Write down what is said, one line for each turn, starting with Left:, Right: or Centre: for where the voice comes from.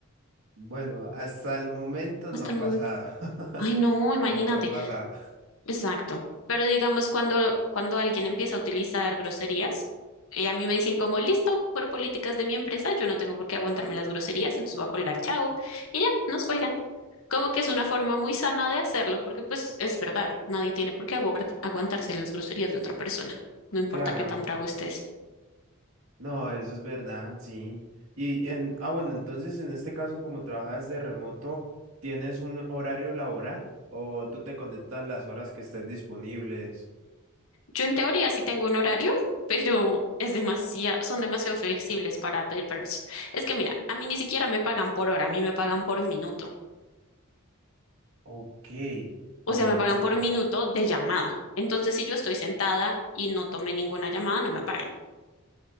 Right: Bueno, hasta el momento
Left: hasta
Right: no ha
Left: el
Right: pasado.
Left: momento.
Right: <laughs>
Left: Ay, no, imagínate.
Right: No, no ha pasado.
Left: Exacto. Pero digamos, cuando, cuando alguien empieza a utilizar groserías, eh, a mí me dicen como, listo, por políticas de mi empresa, yo no tengo por qué aguantarme las groserías, entonces voy a colgar, chao. Y ya, nos cuelgan. Como que es una forma muy sana de hacerlo, porque pues es verdad, nadie tiene por qué aguart- aguantarse las groserías de otra persona, no importa
Right: Claro.
Left: qué tan bravo estés.
Right: No, eso es verdad, sí. Y en, ah, bueno, entonces en este caso, como trabajas de remoto, ¿tienes un horario laboral o tú te conectas las horas que estés disponibles?
Left: Yo en teoría sí tengo un horario, <laughs> pero es demasiado, son demasiado flexibles para pedir permisos. Es que mira, a mí ni siquiera me pagan por hora, a mí me pagan por minuto.
Right: Ok,
Left: O
Right: por
Left: sea, me
Right: minuto.
Left: pagan por minuto de llamada. Entonces, si yo estoy sentada y no tomé ninguna llamada, no me pagan.